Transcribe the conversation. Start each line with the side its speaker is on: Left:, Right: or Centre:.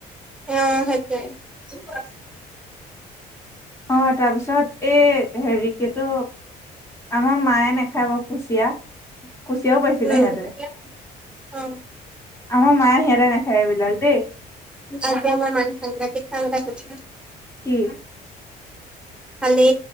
Centre: নহয়।
Left: অহ তাৰপিছত এই হেৰি কিটো আমাৰ মায়ে নাখাব বাও। কুচিয়া কুচিয়াও পাইছিলে
Centre: উম
Left: সিহঁতে।
Centre: অ
Left: আমা মায়ে সিহঁতে নেখাই এইবিলাক দেই।
Centre: আিয় মই মান চংল চল ত। <unintelligible>
Left: কি?
Centre: কালি